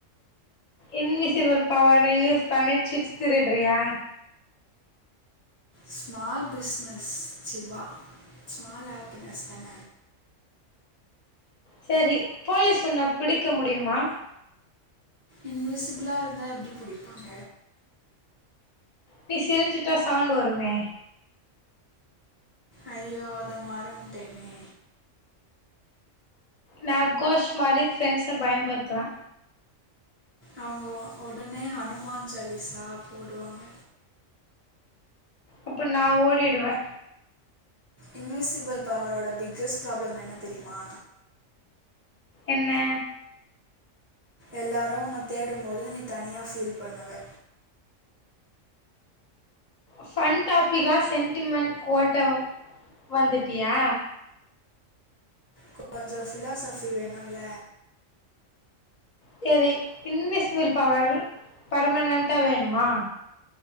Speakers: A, on the left (about 40°); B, on the right (about 20°).
A: இன்விசிபிள் பவர யூஸ் பண்ணி சிப்ஸ் திருட்றியா?
B: ஸ்மால் பிஸ்னஸ் சிபா ஸ்மால் ஹேப்பினஸ் தான
A: சரி போலீஸ் உன்ன பிடிக்க முடியுமா?
B: இன்விசிபிளா இருந்தா எப்டி புடிப்பாங்க?
A: நீ சிரிச்சுட்டா சவுண்டு வருமே
B: ஐயோ அத மறந்ட்டேனே
A: நா கோஷ்ட் மாரி ஃப்ரெண்ட்ஸ பயம் பட்த்துவே
B: அவுங்க ஒடனே ஹனுமான் சாலிசா போடுவாங்க
A: அப்ப நா ஓடிடுவே
B: இன்விசிபிள் பவரோட பிக்கஸ்ட் ப்ராப்ளம் என்ன தெரியுமா?
A: என்ன?
B: எல்லாரு உன்னத் தேடும் போது நீ தனியா ஃபீல் பண்ணுவே
A: ஃபன் டாபிக்லா சென்டிமென்ட் ஓட்ட வந்துட்டியா?
B: கொஞ்சோ ஃபிலாசஃபி வேணுல்ல
A: சேரி இன்விசிபில் பவர் பர்மனென்ட்டா வேணுமா?